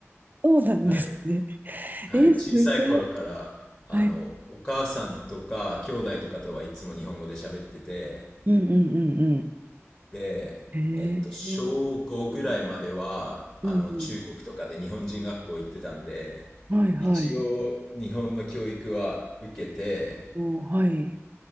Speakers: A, on the right (about 40°); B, on the left (about 25°).
A: そうなんですね。
B: はいはい、
A: え、すごい。
B: 小さい頃から、あの、
A: はい。
B: お母さんとか兄弟とかとはいつも日本語で喋ってて、
A: うんうんうんうん。
B: で、
A: へえ、
B: えっと、小5ぐらいまでは、
A: うんう
B: あの、中国とかで日本人学校行ってたんで、
A: ん。はいはい。
B: 一応日本の教育は受けて、
A: おー、はい。